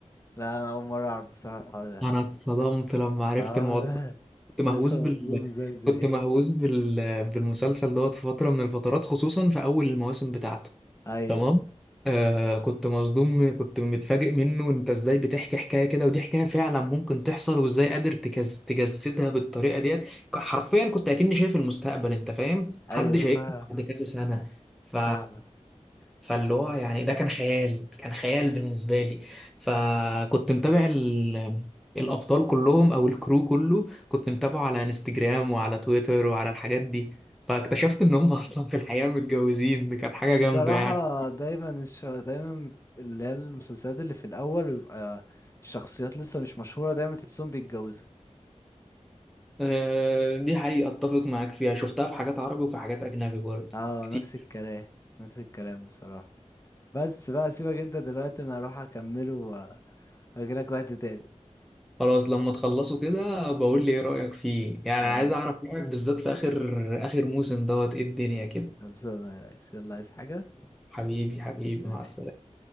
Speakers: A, on the left (about 25°); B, in the centre.
A: لا انا اول مره اعرف بصراحه الحوار ده
B: انا اتصدمت لما عرفت
A: اه
B: الموضوع
A: انا <laughs>
B: كنت مهووس
A: لسه
B: بال
A: مصدوم زي زي
B: كنت مهووس بال... بالمسلسل دوت في فترة من الفترات خصوصا في أول المواسم بتاعته
A: ايوه
B: تمام آه كنت مصدوم كنت متفاجئ منه انت ازاي بتحكي حكاية كده ودي حكاية فعلا ممكن تحصل وازاي قادر تجس... تجسدها بالطريقة ديت ك- حرفيا كنت اكني شايف المستقبل انت فاهم حد
A: ايوه
B: شايفني
A: فاهم
B: بعد كذا سنة ف
A: فاهمه
B: فاللي هو يعني ده كان خيال كان خيال بالنسبة لي فكنت متابع ال... الأبطال كلهم أو الكرو كله كنت متابعه على انستجرام وعلى تويتر وعلى الحاجات دي فاكتشفت إن هم <laughs> أصلا في الحقيقة متجوزين دي كانت حاجة
A: بصراحه
B: جامدة يعني
A: دايما الش... دايما اللي هي المسلسلات اللي في الاول بيبقى الشخصيات لسه مش مشهوره دايما تحسهم بيتجوزوا
B: آه، دي حقيقة أتفق معاك فيها شفتها في حاجات عربي وفي حاجات أجنبي برضه
A: اه
B: كتير
A: نفس الكلام نفس الكلام بصراحه بس بقى سيبك انت دلوقتي انا هروح اكمله واجيلك وقت تاني
B: خلاص لما تخلصوا كده بقول لي إيه رأيك فيه يعني
A: يلا
B: أنا عايز أعرف رأيك بالذات في آخر آخر موسم دوت إيه الدنيا كده
A: خلصانة يا ريس يلا عايز حاجة
B: حبيبي حبيبي
A: سلام
B: مع السلامة